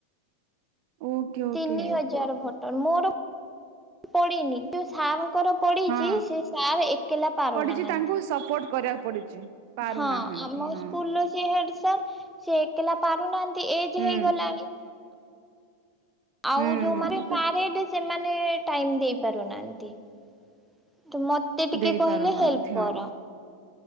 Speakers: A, on the right; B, in the centre.
A: ଓକେ ଓକେ
B: ତିନି ହଜାର ଭୋଟର ମୋର ପଡିିନି ସାର ଙ୍କର ପଡିଛି
A: ହଁ
B: ସେ ସାର୍ ଏକଲା ପାରୁନାହାନ୍ତି।
A: ପଡିଛି ତାଙ୍କୁ ସପୋର୍ଟ କରିବାକୁ ପଡୁଛି। ପାରୁନାହାନ୍ତି
B: ହଁ ଆମ
A: ହଁ
B: ସ୍କୁଲ ର ଯିଏ ହେଡ ସାର ସେ ଏକଲା ପାରୁନାହାନ୍ତି ଏଜ
A: ହୁଁ
B: ହେଇଗଲାଣି। ଆଉ
A: ହୁଁ
B: ଯୋଉ
A: ହୁଁ
B: ମାନେ
A: ତ
B: ମାରିଏଡ ସେମାନେ ଟାଇମ ଦେଇ ପାରୁନାହାନ୍ତି ତ ମତେ ମତେ ଟିକେ
A: ଦେଇ
B: କହିଲେ
A: ପାରୁନାହାନ୍ତି
B: ହେଲ୍ପ
A: ହଁ
B: କର।